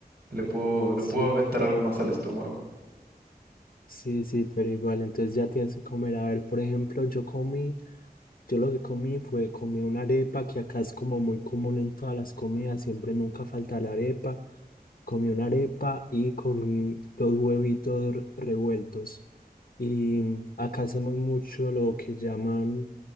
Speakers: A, on the right (about 70°); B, on the left (about 65°).
A: le puedo, le
B: Sí,
A: puedo aventar algo más al estómago.
B: sí, sí, pero igual, entonces ya tienes que comer. A ver, por ejemplo, yo comí, yo lo que comí fue, comí una arepa, que acá es como muy común en todas las comidas, siempre nunca falta la arepa. comí una arepa y comí dos huevitos revueltos. Y acá hacemos mucho lo que llaman